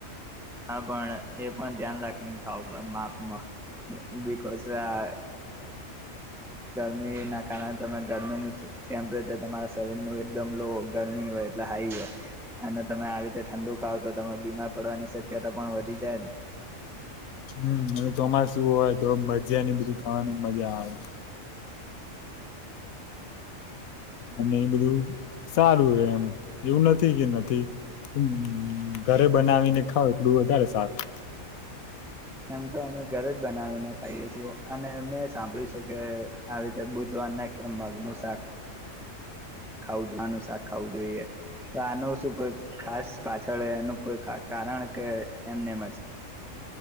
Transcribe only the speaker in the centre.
હા, પણ એ પણ ધ્યાન રાખીને ખાવુ પડ, માપમાં, બિકોઝા ગરમીના કારણે તમે, ગરમીનું ટેમ્પરેચર તમારા સ સરીરની એકદમ લો ગરમી હોય હાઈ હોય, અને તમે આવી રીતે ઠંડુ ખાવ, તો તમારે બીમાર પડવાની સક એ તે પણ વધી જાય ને!
એમ તો અમે ઘરે જ બનાવીને ખાઈએ છીએ. અને મેં સાંભળ્યું છે કે આવી રીતે બુધવારના કેમ મગનું સાક ખાવુ જોઈ, આનું શાક ખાવું જોઈએ, તો આનું સુ કોઈ ખાસ પાછળ, એનું કો ખા, કારણ? કે એમનેમ જ?